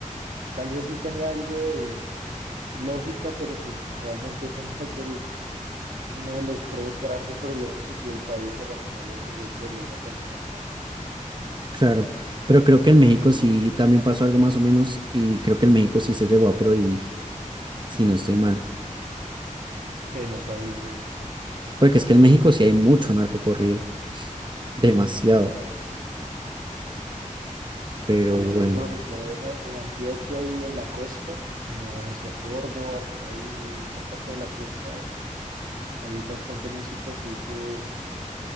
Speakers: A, on the right; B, on the right.
A: tal vez sí tenía algo de lógica, pero pues realmente ese no es el Uno de los pro- grandes problemas que tiene el país y a la final el proyecto de ley no terminó en nada.
B: Claro, pero creo que en México sí también pasó algo más o menos y creo que en México sí se llegó a prohibir, si no estoy mal.
A: Ve, no sabía lo de México.
B: Porque es que en México sí hay mucho narco corrido, demasiado, pero
A: En Colombia,
B: bueno,
A: sobre todo en, A- en Antioquia y en la costa, como hacia Córdoba, por ahí, esa parte de la costa, hay bastante música, así que es,